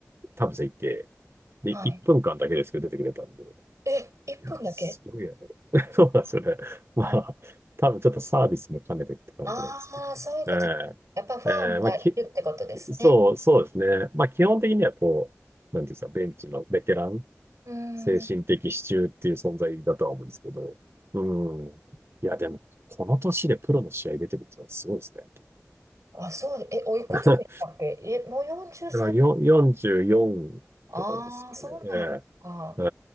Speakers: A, on the right; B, on the right.
A: 田臥いて、で、
B: はい。
A: 1分間だけですけど出てくれたんで、
B: え、1分だけ
A: いや、すごいやろ。<laughs> そうなんですよね。
B: もう
A: まあ、多分ちょっとサービスも兼ねてって感じなんですけど。
B: ああー、そういうこと。
A: え
B: やっぱファンがいるってことですね。
A: え、ええ、まあ、き、そう、そうですね。まあ、基本的にはこう、なんていうんですか、ベンチのベテラン
B: うーん、
A: 精神的支柱っていう存在だとは思うんですけど。
B: うん。
A: うん。いや、でも、この年でプロの試合出てるってのはすごいですね。
B: あ、そうで、え、おいくつでしたっけえ、
A: <laughs> だか
B: もう40歳。
A: らよ44とかですかね。
B: ああ、そうなんですか。
A: えええ